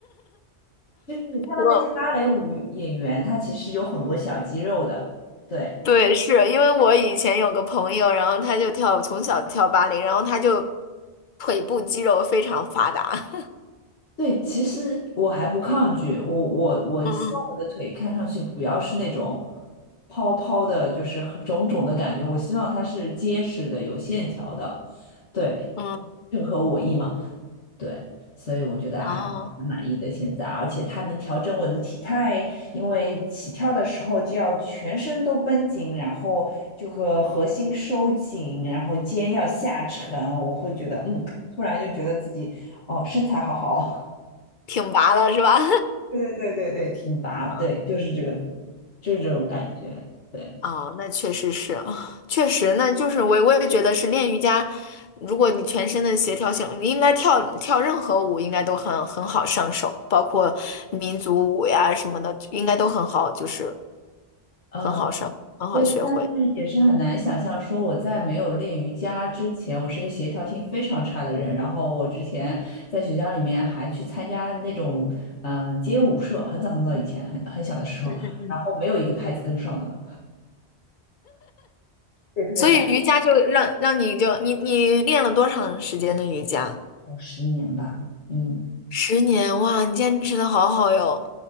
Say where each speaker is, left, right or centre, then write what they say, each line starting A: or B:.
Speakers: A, on the left (about 80°); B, on the left (about 50°).
A: 就是你看到那些芭蕾舞演员，
B: 我
A: 他其实有很多小肌肉的。对
B: 对，是因为我以前有个朋友，然后他就跳从小跳芭蕾，然后他就腿部肌肉非常发达。
A: 对，其实我还不抗拒，我我我希望我的腿看上去不要是那种
B: <laughs> 嗯嗯
A: 泡泡的，就是很肿肿的感觉，我希望它是结实的、有线条的，对，
B: 嗯。
A: 正合我意嘛。对，所以我觉得还蛮满意的现在，
B: 然后
A: 而且它能调整我的体态，因为起跳的时候就要全身都绷紧，然后这个核心收紧，然后肩要下沉，我会觉得嗯，突然就觉得自己哦身材好好，
B: 挺拔了是吧？
A: <laughs> 对对对对对，挺拔，对，
B: <laughs>
A: 就是这个，就是这种感觉，对。
B: 哦，那确实是啊，确实，那就是我我也觉得是练瑜伽，如果你全身的协调性，你应该跳跳任何舞应该都很很好上手，包括民族舞呀什么的，应该都很好，就是
A: 呃
B: 很好上，很好学会。
A: 对，但是也是很难想象，说我在没有练瑜伽之前，我是一个协调性非常差的人。然后我之前在学校里面还去参加那种嗯街舞社，很早很早以前，很很小的时候，
B: 嗯嗯嗯。
A: 然后没有一个拍子跟上的，对，特别傻。
B: 所以瑜伽就让让你就你你练了多长时间的瑜伽？
A: 有十年吧。嗯，
B: 十年，哇，你坚持的好好哟。